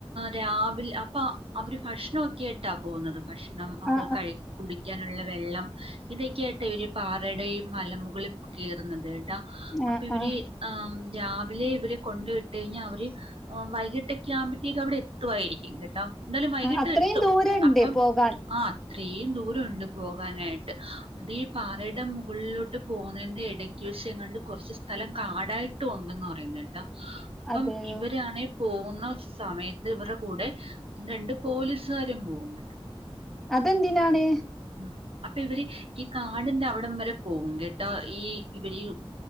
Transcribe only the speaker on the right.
രാവിലെ അപ്പൊ അവര് ഭക്ഷണവൊക്കെ ആയിട്ടാ പോകുന്നത് ഭക്ഷ ണം അവർ
കഴ് കുടിക്കാനുള്ള വെള്ളം ഇതൊക്കെയായിട്ട് ഇവര് പാറയുടെ ഇഈ മലമുകളിൽ കയറുന്നത് കേട്ടോ
അപ്പൊ ഇവര്
ആ രാവിലെ ഇവരെ കൊണ്ട വിട്ട കഴിഞ്ഞാ അവര് വൈകിട്ടൊക്കെ ആകുമ്പോഴേക്ക് അവിടെ എത്തുആയിരിക്കും കേട്ടോ എന്താലും വൈകിട്ട്
എത്തും
അപ്പം
ആഹ് അത്രെ ദൂരണ്ട് പോകാനായിട്ട് അത് ഈ പാറയുടെ മുകളിലോട്ട് പോകുന്നതിന്റെ ഇടയ്ക് വിശം കോണ്ട് കോറച്ച് സ്ഥലം കാടായി ട്ടുണ്ട്ന്ന് പറയന്ന്ട്ട് അപ്പം
ഇവര് ഇവരാണെ പോകുന്ന സമയത്ത് ഇവര്ടെ കൂടെ രണ്ട് പോലീസുകാരും പോകുന്നു
ഉം അപ്പൊ ഇവര് ഈ കാടി ന്റെ ന്ന അവടം വരെ പോകും കേട്ട ഈ ഇവര്